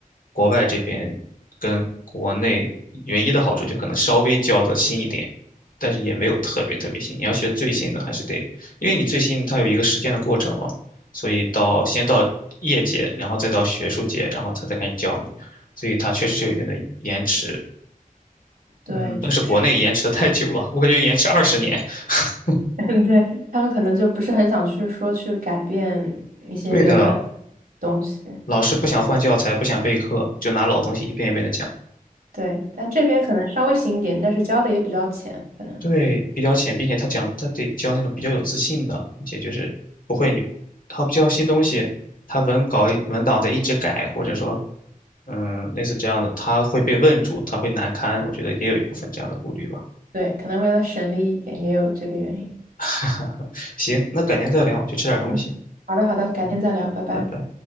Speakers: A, on the left; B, on the right.
A: 国外这边跟国内唯一的好处就可能稍微教的新一点，但是也没有特别特别新。你要学最新的还是得，因为你最新它有一个实践的过程嘛，所以到先到业界，然后再到学术界，然后他再开始教你，所以它确实是有一定的延迟。
B: 对，
A: 嗯，但是国内延迟的太久了，
B: 确实，
A: 我感觉延迟二十年。<laughs>
B: <laughs> 对，他们可能就不是很想去说去改变一些原本
A: 对的，
B: 东西。
A: 老师不想换教材，不想备课，就拿老东西一遍一遍的讲。
B: 对，但这边可能稍微新一点，但是交的也比较浅，可能
A: 对，比较浅，并且他讲他得教那种比较有自信的，并且就是不会你他不教新东西，他文稿一文档在一直改，或者说嗯类似这样的，他会被问住，他会难堪，我觉得也有一部分这样的顾虑吧。
B: 对，可能为了省力一点，也有这个原因。
A: <laughs> 行，那改天再聊，我去吃点东西。
B: 嗯，好的，好的，改天再聊，
A: 嗯，
B: 拜拜。
A: 拜拜。